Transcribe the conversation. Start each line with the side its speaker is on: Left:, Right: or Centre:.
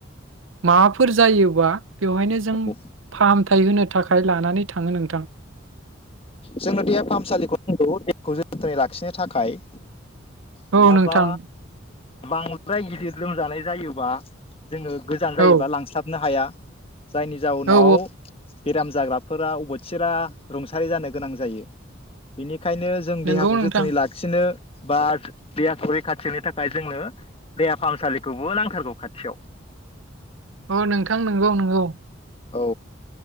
Right: माबाफोर जायोबा बेवहायनो जों
Left: औ
Right: फाहामथाय होनो थाखाय लानानै थाङो नोंथां।
Left: जोंनो देहा फाहामसालिखौ नांगौ देहाखौ जोथोनै लाखिनो थाखाय। नङाबा
Right: औ नोंथां
Left: बांद्राय गिदिर लोमजानाय जायोबा जोङो गोजान जायोबा
Right: औ
Left: लांस्लाबनो हाया। जायनि जाउनाव
Right: औ
Left: बेराम जाग्राफोरा अबथिरा रुंसारि जानो गोनां जायो। बेनि खायनो जों देहाखौ
Right: नंगौ नोंथां
Left: जोथोनै लाखिनो बाथ देहाखौ रैखाथिनि थाखाय जोंनो देहा फाहामसालिखौबो नांथारगौ खाथियाव।
Right: अ नोंथां नंगौ नंगौ।
Left: औ